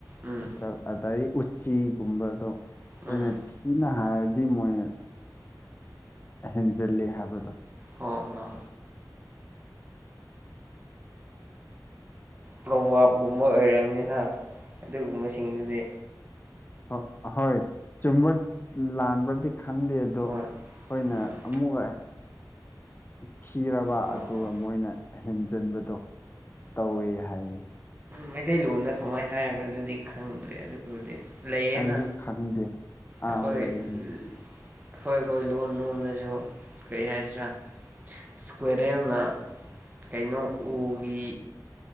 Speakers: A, on the right; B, on the left.
A: ꯎꯝ
B: ꯅꯠꯇ ꯑꯗꯒꯤ ꯎꯆꯤꯒꯨꯝꯕꯗꯣ ꯑꯩꯈꯣꯏꯅ
A: ꯎꯝ
B: ꯊꯤꯅ ꯍꯥꯏꯔꯗꯤ ꯃꯣꯏꯅ ꯍꯦꯟꯖꯜꯂꯤ ꯍꯥꯏꯕꯗꯣ
A: ꯍ ꯍꯣꯏ ꯄ꯭ꯔꯣꯚꯥꯞꯀꯨꯝꯕ ꯑꯣꯏꯔꯕꯔꯕꯅꯤꯅ ꯑꯗꯨꯒꯨꯝꯕꯁꯤꯡꯗꯨꯗꯤ
B: ꯍ ꯍꯣꯏ ꯆꯨꯝꯕ ꯂꯥꯟꯕꯗꯤ ꯈꯪꯗꯦ ꯑꯗꯣ
A: ꯍꯣꯏ
B: ꯑꯩꯈꯣꯏꯅ
A: ꯎꯝ
B: ꯑꯃꯨꯛꯀ ꯊꯤꯔꯕ
A: ꯍꯣꯏ
B: ꯑꯗꯨꯒ
A: ꯍꯣꯏ
B: ꯃꯣꯏꯅ ꯍꯦꯟꯖꯟꯕꯗꯣ ꯇꯧꯋꯦ ꯍꯥꯏꯔꯤ
A: ꯃꯩꯇꯩꯂꯣꯟꯅ ꯀꯃꯥꯏꯅ ꯍꯥꯏꯔꯕ꯭ꯔꯥ ꯑꯗꯨꯗꯤ ꯈꯪꯗ꯭ꯔꯦ ꯑꯗꯨ ꯑꯗꯨꯕꯨꯗꯤ ꯂꯩꯌꯦꯅ
B: ꯑꯩꯁꯨ ꯈꯪꯗꯦ ꯑꯥ
A: ꯑꯩꯈꯣꯏ ꯑꯩꯈꯣꯏ
B: ꯂꯩꯕꯅꯤ
A: ꯑꯩꯈꯣꯏ ꯂꯣꯟ ꯂꯣꯝꯗꯁꯨ ꯀꯔꯤ ꯍꯥꯏꯁꯤꯔꯥ ꯏꯁꯀ꯭ꯋꯦꯔꯦꯜꯅ ꯀꯩꯅꯣ ꯎꯒꯤ